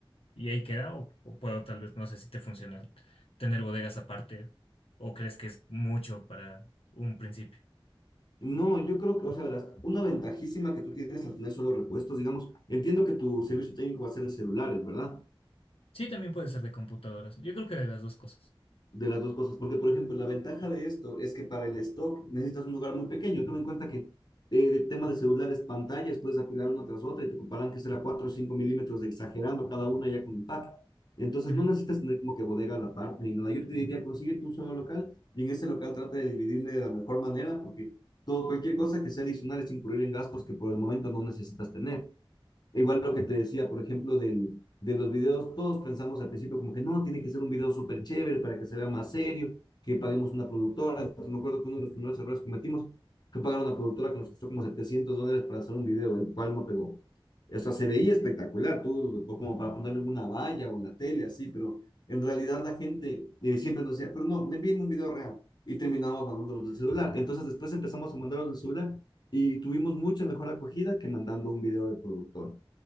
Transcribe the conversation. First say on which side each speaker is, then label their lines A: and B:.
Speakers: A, on the left; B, on the left.
A: y ahí queda, o, o puedo tal vez, no sé si te funciona, tener bodegas aparte, o crees que es mucho para un principio.
B: No, yo creo que, o sea, verás, una ventajísima que tú tienes al tener solo repuestos, digamos, entiendo que tu servicio técnico va a ser de celulares, ¿verdad?
A: Sí, también puede ser de computadoras. Yo creo que de las dos cosas.
B: de las dos cosas, porque por ejemplo, la ventaja de esto es que para el stock necesitas un lugar muy pequeño. Toma en cuenta que eh, el tema de celulares, pantallas, puedes apilar una tras otra y te ocuparán que será 4 o 5 milímetros de exagerando cada una ya con empaque. Entonces
A: Ujú.
B: no necesitas tener como que bodega aparte ni nada. Yo te diría, consíguete un solo local y en ese local trata de dividirle de la mejor manera porque todo, cualquier cosa que sea adicional es incurrir en gastos que por el momento no necesitas tener. E Igual lo que te decía, por ejemplo, del, de los videos, todos pensamos al principio como que no, tiene que ser un video súper chévere para que se vea más serio, que paguemos una productora. Entonces, me acuerdo que uno de los primeros errores que cometimos fue pagar a una productora que nos costó como 700 dólares para hacer un video, el cual no pegó. O sea, se veía espectacular, tú, como para ponerle una valla o en la tele, así, pero en realidad la gente eh, siempre nos decía, pero no, me envíen un video real. Y terminamos mandándolos del celular. Entonces, después empezamos a mandarlos del celular y tuvimos mucha mejor acogida que mandando un video de productor.